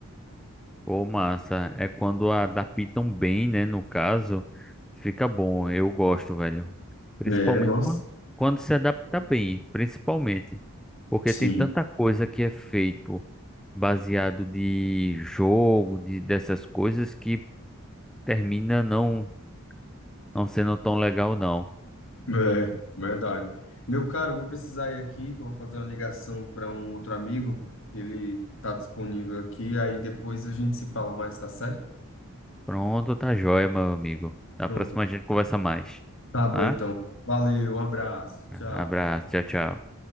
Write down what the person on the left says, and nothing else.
É, nossa.
Sim,
é, verdade. Meu caro, eu vou precisar ir aqui, que eu vou fazer uma ligação para um outro amigo. Ele tá disponível aqui, aí depois a gente se fala mais, tá certo?
Pronto.
Tá bom
então. Valeu, um abraço. Tchau.